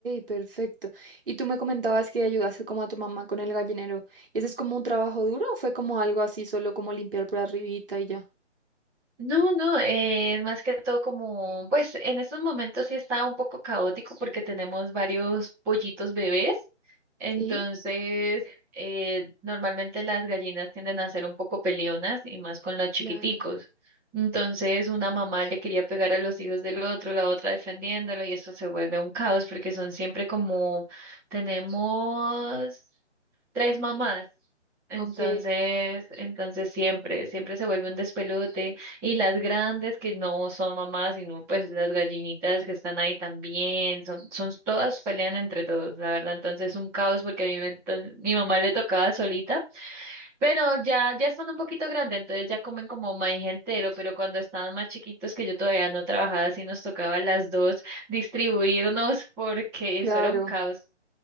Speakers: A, on the right (about 50°); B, in the centre.
A: perfecto. Y tú me comentabas que ayudaste como a tu mamá con el gallinero. ¿Y ¿Ese es como un trabajo duro o fue como algo así, solo como limpiar por arribita y ya?
B: No, no, eh, más que todo como, pues en estos momentos sí está un poco caótico porque tenemos varios pollitos bebés, entonces
A: Sí,
B: eh, normalmente las gallinas tienden a ser un poco peleonas y más con los chiquiticos.
A: claro.
B: Entonces una mamá le quería pegar a los hijos del otro, la otra defendiéndolo y eso se vuelve un caos porque son siempre como, tenemos tres mamás. Entonces,
A: Ok,
B: entonces siempre, siempre se vuelve un despelote. Y las grandes que no son mamás, sino pues las gallinitas que están ahí también, son, son todas pelean entre todos, la verdad. Entonces es un caos porque a mí me to- mi mamá le tocaba solita, pero ya, ya están un poquito grandes, entonces ya comen como maíz entero, pero cuando estaban más chiquitos que yo todavía no trabajaba, así nos tocaba a las dos distribuirnos <laughs> porque
A: claro,
B: eso era un caos.